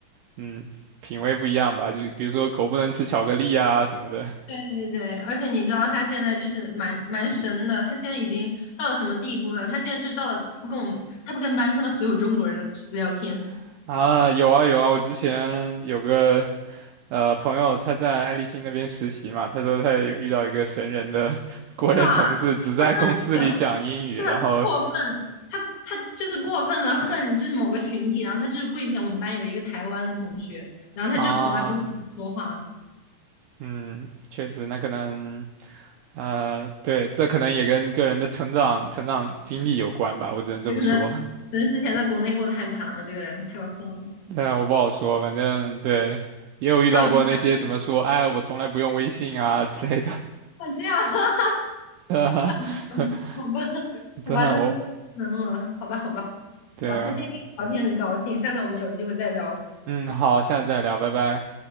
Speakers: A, on the right; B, on the left.
A: 嗯品味不一样吧，就比如说狗不能吃巧克力啊什么的
B: 对对对，而且你知道他现在就是蛮蛮神的，他现在已经到了什么地步呢？他现在就是到了不跟我们，他不跟班上的所有中国人聊天，
A: <laughs> 啊，有啊有啊，我之前有个呃朋友他在爱立信那边实习嘛，他说他有遇到一个神人的 <laughs> 国人同事，
B: 对吧？
A: 只在公司里讲英语，
B: 他真的就是有真的过分，
A: 然后
B: 他他就是过分的恨，就是某个群体，然后他就是跪舔我们班有一个台湾的同学，然后他就从来都不跟我们说话，
A: 啊，嗯，确实，那可能呃，对，这可能也跟个人的成长成长经历有关吧，我只能这么说。
B: 所可能可能之前在国内过得太惨了，这个人太搞笑了，
A: <laughs> 但我不好说，反正对，也有遇到过那些什么说，
B: 但我就不敢
A: 哎，我从来不用微信啊之类的。
B: 像这样。<laughs>
A: <laughs> 呃，
B: <laughs>
A: <laughs>
B: 嗯，好吧，<laughs> 好吧，
A: 但我
B: 那真的太深了，好吧，好吧，
A: 对啊，
B: 好吧，那今天跟你聊天很高兴，下次我们有机会再聊，
A: 嗯，好，下次再聊，拜拜。